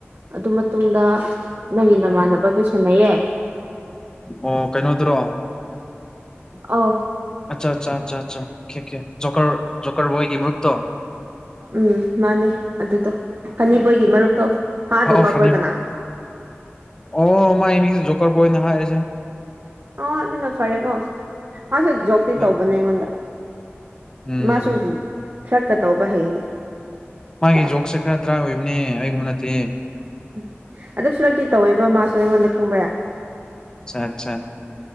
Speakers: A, on the right; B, on the left.
A: ꯑꯗꯨ ꯃꯇꯨꯡꯗ ꯅꯪꯒꯤ ꯅꯃꯥꯟꯅꯕ ꯇꯨꯁꯅꯩꯌꯦꯦ
B: ꯑꯣ ꯀꯩꯅꯣꯗ꯭ꯔꯣ
A: ꯑꯣ
B: ꯑꯆꯥ ꯑꯆꯥ ꯑ ꯑ ꯖ ꯖꯣꯀꯔ ꯕꯣꯏ ꯏꯃꯔꯨꯞꯇꯣ
A: ꯎꯝ ꯃꯥꯅꯦ ꯑꯗꯨꯗꯣ ꯐꯅꯤꯄꯣꯏꯒꯤ ꯃꯔꯨꯞꯇꯣ ꯍꯥ
B: ꯑꯣ
A: ꯖꯣꯀꯔ
B: ꯐꯅꯤ
A: ꯕꯣꯏ ꯀꯅꯥ
B: ꯑꯣ ꯃꯃꯥꯏ ꯏꯃꯤꯁꯤ ꯖꯣꯀ ꯣꯏ ꯅꯍꯥꯏꯁꯦ
A: ꯑꯣ ꯑꯗꯨꯅ ꯐꯔꯦꯀꯣ ꯃꯥꯁꯨ ꯖꯣꯛꯇꯤ
B: ꯅꯪ
A: ꯇꯧꯕꯅꯦ ꯑꯩꯉꯣꯟꯗ
B: ꯎꯝ
A: ꯃꯥꯁꯨ ꯐ꯭ꯂꯠꯀ ꯇꯧꯕ ꯍꯩꯅꯦ
B: ꯃꯥꯒꯤ
A: ꯁꯦꯁ
B: ꯖꯣꯛꯁꯦ ꯈꯔ ꯗ꯭ꯔꯥ ꯑꯣꯏꯕꯅꯦ ꯑꯩꯒꯨꯝꯕ ꯅꯠꯇꯦ
A: ꯎ ꯑꯗꯨ ꯁꯂꯛꯇꯤ ꯇꯧꯋꯦꯕ ꯃꯥꯁꯨ ꯑꯩꯉꯣꯟꯗ ꯈꯪꯕ ꯌꯥ
B: ꯠꯆꯥ